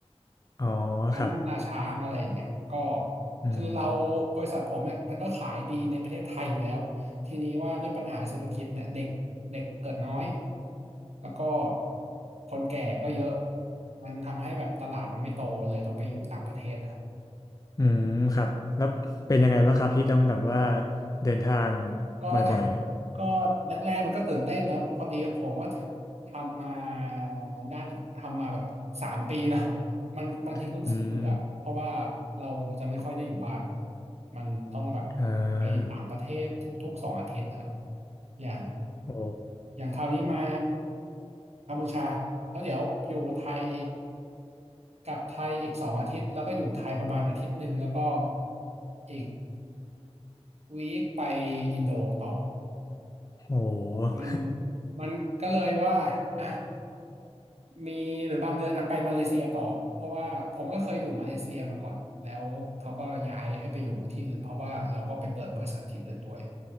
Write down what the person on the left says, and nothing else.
อ๋อ
ครับอืม
อืมครับแล้วเป็นยังไงบ้างครับที่ต้องแบบว่าเดินทาง
บ่อย
ๆอืม
อ่า
โอ้
โห